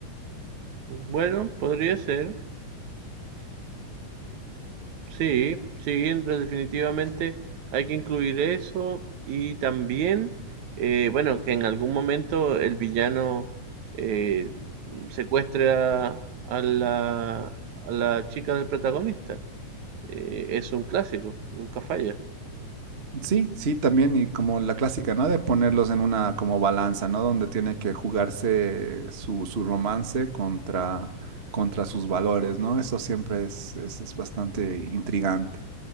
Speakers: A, on the right; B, on the right.
A: Bueno, podría ser. Sí, sí, en- definitivamente hay que incluir eso y también, eh, bueno, que en algún momento el villano eh, secuestre a, a la, a la chica del protagonista. Eh, es un clásico, nunca falla.
B: Sí, sí, también y como la clásica, ¿no? De ponerlos en una como balanza, ¿no? Donde tiene que jugarse su, su romance contra, contra sus valores, ¿no? Eso siempre es, es es bastante intrigante.